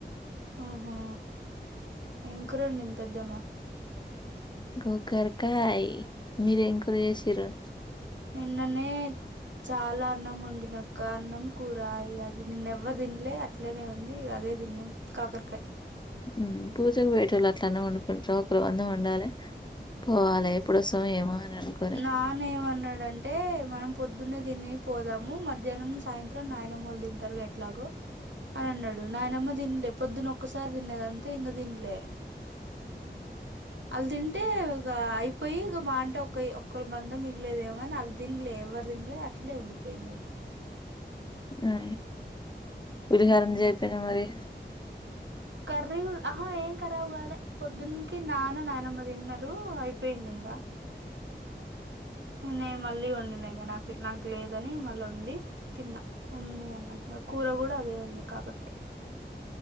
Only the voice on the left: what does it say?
గోగర్కాయ్ మీరేం కూర చేసిర్రు
ఊ పూజకు పోయేటోల్లు అట్లనే వండుకుంటార ఒకరు మందం వండాలి పోవాలి ఎప్పుడు వస్తామో ఏమో అని అనుకో
ఆ పులిహోర
చేయపోనావు మరి